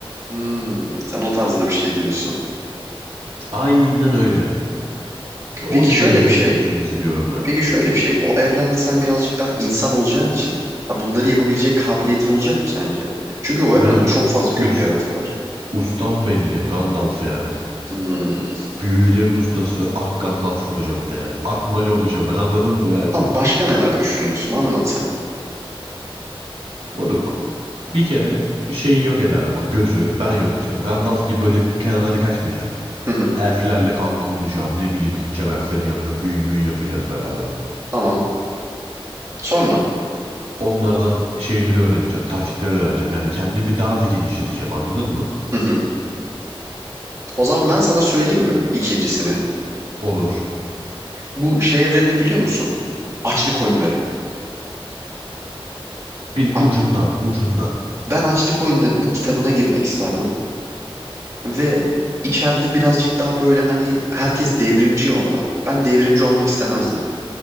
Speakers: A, on the right (about 35°); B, on the right (about 85°).
A: Hmm. Sen o tarzda bir şey diyorsun.
B: Aynen öyle. O
A: Peki
B: yüzden
A: şöyle
B: Yüzüklerin
A: bir şey.
B: Efendisi diyorum ben.
A: Peki şöyle bir şey. O evrende sen birazcık daha insan olacağın için ha bunları yapabilecek kabiliyetin olacak mı sence? Çünkü o evrende
B: Moruk
A: çok fazla kötü
B: us,
A: yaratık var.
B: ustan belli Gandalf yani.
A: Hmm.
B: Büyücülerin ustası Ak Gandalf olacağım bir de yani. Ak Mali olacağım ben anladın mı yani?
A: Tam başka neler düşünüyorsun? Anlat sen.
B: Moruk. Bir kere şeyi yok ederdim o gözü ben yok edeceğim. Gandalf gibi böyle kenarlara kaçmayacağım.
A: Hı hı.
B: Elflerle kanka olacağım. Ne bileyim gideceğim elflerin yanına büyü müyü yapacağız beraber.
A: Tamam. Sonra.
B: Onlardan şeyleri öğreneceğim. Taktikleri öğreneceğim. Yani kendimi daha da genişleteceğim anladın mı?
A: Hı hı. O zaman ben sana söyleyeyim mi ikincisini?
B: Olur.
A: Bu şey evrenini biliyor musun? Açlık oyunları.
B: Bir
A: A-
B: ucundan ucundan.
A: Ben açlık oyunlarının kitabına girmek isterdim. Ve içeride birazcık daha böyle hani herkes devrimci orada. Ben devrimci olmak istemezdim.